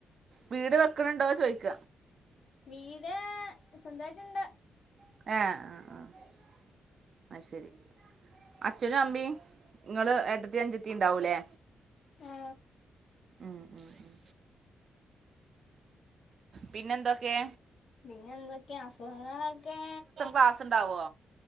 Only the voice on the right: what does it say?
വീട് വെക്കണണ്ടോ ചോയക്ക
ആഹ ആഹ ആഹ ആ ശരി അച്ഛനും അമ്മിയും നിങ്ങൾ എട്ടത്തി അഞ്ചത്തി ഉണ്ടാവല്ലേ?
ഉം ഉം ഉം പിന്നെന്തൊക്കെ?
പാസ് ഉണ്ടാവോ?